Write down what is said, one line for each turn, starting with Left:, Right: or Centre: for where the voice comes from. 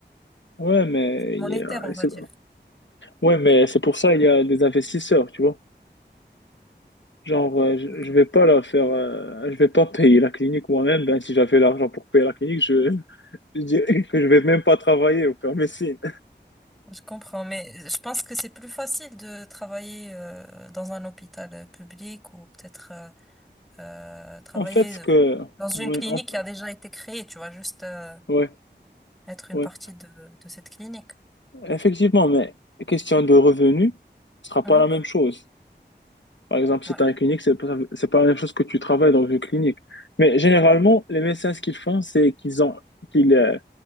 Left: Ouais, mais
Centre: monétaire
Left: il y a-
Centre: on va
Left: c'est-
Centre: dire.
Left: ouais, mais c'est pour ça il y a des investisseurs, tu vois. Genre, euh, je,
Centre: Mhm.
Left: je vais pas la faire, euh, je vais pas payer la clinique moi-même. Ben, si j'avais l'argent pour payer la clinique, je, <laughs> je dirais que je vais même pas travailler au faire médecine.
Centre: Je comprends, mais je pense que c'est plus facile de travailler euh, dans un hôpital euh, public ou peut-être euh, euh, travailler
Left: En fait, ce
Centre: euh,
Left: que,
Centre: dans une
Left: ouais,
Centre: clinique
Left: en-
Centre: qui a déjà été créée, tu vois, juste euh,
Left: ouais,
Centre: être une
Left: ouais.
Centre: partie de, de cette clinique.
Left: Effectivement, mais question de revenus, ce sera
Centre: Mhm.
Left: pas la même chose. Par exemple, si
Centre: Ouais.
Left: tu as une clinique, c'est pas, c'est pas la même chose que tu travailles dans une clinique. Mais généralement, les médecins, ce qu'ils font, c'est qu'ils ont, qu'ils, euh,